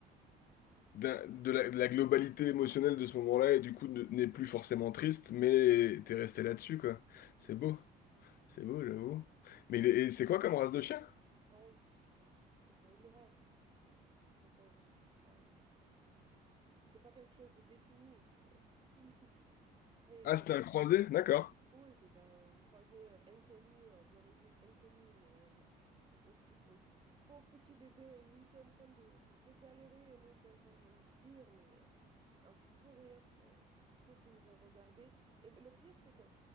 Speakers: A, on the left; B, on the right.
A: d'un- de la, de la globalité émotionnelle de ce moment-là et du coup ne- n'est plus forcément triste, mais t'es resté là-dessus, quoi. C'est beau, c'est beau, j'avoue. Mais il est- et c'est quoi comme race de chien?
B: Oh, c'était pas, c'était pas une race. Le pauvre, c'était pas, c'était pas quelque chose de défini, tu vois. <laughs> Mais, mais
A: Ah,
B: le-
A: c'était un croisé, d'accord.
B: oui, c'était un croisé euh, inconnu, euh, d'origine inconnue, mais euh, Mais ce, pau- le pauvre petit bébé, lui, il était en train de, de, de galérer et nous, on était en train de rire, mais euh, un fou rire que je- tous, ils nous ont regardé Et le pire, c'est que